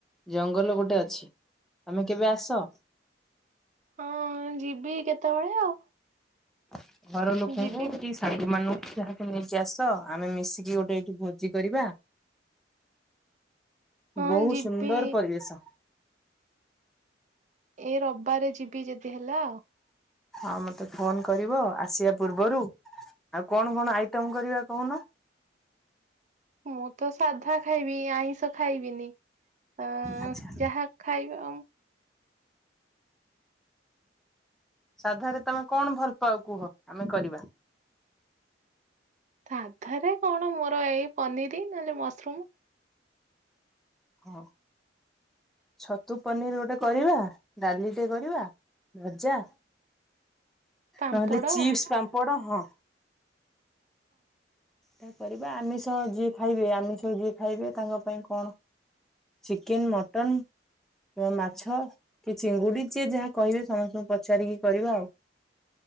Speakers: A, in the centre; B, on the right.
A: ଜଙ୍ଗଲ ଗୋଟେ ଅଛି ତମେ କେବେ ଆସ।
B: ହଁ ଯିବି କେତେବେଳେ ଆଉ।
A: <inaudible> ଘର ଲୋକଙ୍କୁ
B: ଯିବି
A: କି ସାଇଡ୍ ମାନଙ୍କୁ ଯାହାକୁ ନେଇକି ଆସ, ଆମେ ମିଶିକି ଗୋଟେ ଏଇଠି ଭୋଜି କରିବା।
B: ହଁ
A: ବହୁତ୍
B: ଯିବି
A: ସୁନ୍ଦର ପରିବେଶ।
B: ଏ ରବିବାରେ ଯିବି ଯଦି ହେଲା ଆଉ।
A: ହଁ ମତେ ଫୋନ କରିବ ଆସିବା ପୂର୍ବରୁ, ଆଉ କଣ କଣ ଆଇଟମ କରିବା କହୁନ?
B: ମୁଁ ତ ସାଧା ଖାଇବି ଆଇଁଷ ଖାଇବିନି। ଆ
A: ଆଚ୍ଛା
B: ଯାହା ଖାଇବା ଅମ୍।
A: ସାଧାରେ ତମେ କଣ ଭଲ ପାଅ କୁହ, ଆମେ କରିବା।
B: ସାଧାରେ କଣ ମୋର ଏଇ ପନିରି ନହେଲେ ମସରୁମ।
A: ହଁ ଛତୁ ପନିର ଗୋଟେ କରିବା, ଡାଲିଟେ କରିବା ଭଜା।
B: ପାମ୍ପଡ
A: ନହେଲେ ଚିପ୍ସ
B: ହଁ।
A: ପାମ୍ପଡ଼ ହଁ ତାହା କରିବା ଆମିଶ ଯିଏ ଖାଇବେ ଆମିଶ ଯିଏ ଖାଇବେ ତାଙ୍କ ପାଇଁ କଣ ଚିକେନ, ମଟନ, ମାଛ କି ଚିଙ୍ଗୁଡ଼ି ଯିଏ ଯାହା କହିବେ ସମସ୍ତଙ୍କୁ ପଚାରିକି କରିବା ଆଉ।